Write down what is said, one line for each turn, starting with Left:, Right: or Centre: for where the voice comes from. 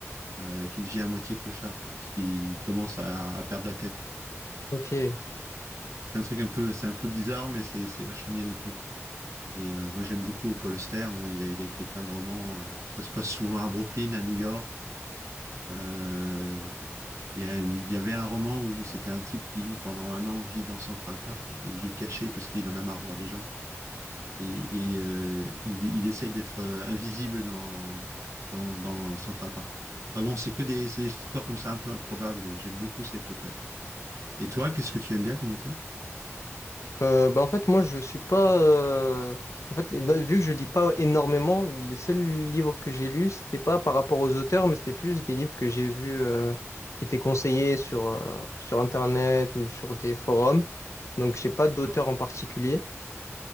Right: euh, qu'il devient à moitié clochard, quoi, parce qu'il commence à, à perdre la tête.
Left: Ok.
Right: C'est un truc un peu, c'est un peu bizarre, mais c'est c'est vachement bien écrit. Et euh, moi, j'aime beaucoup Paul Auster. Moi, il a, il a écrit plein de romans. euh, ça se passe souvent à Brooklyn, à New York. Euh, il y a une- il y avait un roman où c'était un type qui, pendant un an, vit dans Central Park. Donc, il vit caché parce qu'il en a marre de voir les gens. et, et, euh, il, il essaie d'être euh, invisible dans, dans, dans Central Park. Enfin bon, c'est que des, c'est des histoires comme ça un peu improbables et j'aime beaucoup cet auteur. Et toi, qu'est-ce que tu aimes bien comme auteur?
Left: Euh, bah en fait, moi, je suis pas. euh, En fait, éno- vu que je lis pas énormément, les seuls livres que j'ai lus, c'était pas par rapport aux auteurs, mais c'était plus des livres que j'ai vus euh, qui étaient conseillés sur, euh, sur Internet ou sur des forums. Donc, j'ai pas d'auteur
Right: D'accord.
Left: en particulier.